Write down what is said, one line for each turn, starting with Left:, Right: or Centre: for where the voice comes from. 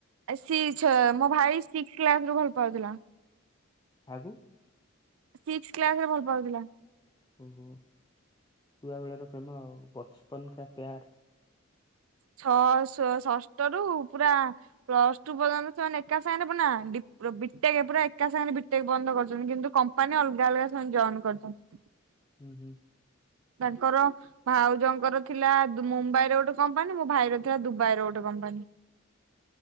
Right: ସି ଛ ମୋ ଭାଇ ସିକ୍ସ କ୍ଲାସ ରୁ ଭଲ ପାଉଥିଲା।
Left: କାହାକୁ?
Right: ସିକ୍ସ କ୍ଲାସ ରେ ଭଲ ପାଉଥିଲା।
Left: ଓହୋ ଛୁଆ ବେଳ ର ପ୍ରେମ ଆଉ, ବଚପନ କା ପ୍ୟାର।
Right: ଛଅ ଷ ଷଷ୍ଠ ରୁ ପୁରା ପ୍ଲସ ଟୁ ପର୍ଯ୍ୟନ୍ତ ସେମାନେ ଏକା ସାଙ୍ଗରେ ପୁନା ଡ଼ି ବିଟେକ୍ ପୁରାଏକା ସାଙ୍ଗେ ବିଟେକ ପର୍ଯ୍ୟନ୍ତ କରିଚନ୍ତି କିନ୍ତୁ କମ୍ପୁ ମ୍ପାନୀ ମାନେ ଅଲଗା ଅଲଗା ସେମାନେ ଜଏନ କରଛନ୍ତି।
Left: ହୁଁ ହୁଁ।
Right: ତାଙ୍କର ଭାଉଜଙ୍କର ଥିଲା ମୁମ୍ବାଇ ର ଗୋଟେ କମ୍ପାନୀ, ମୋ ଭାଇର ଥିଲା ଦୁବାଇ ର ଗୋଟେ କମ୍ପାନୀ।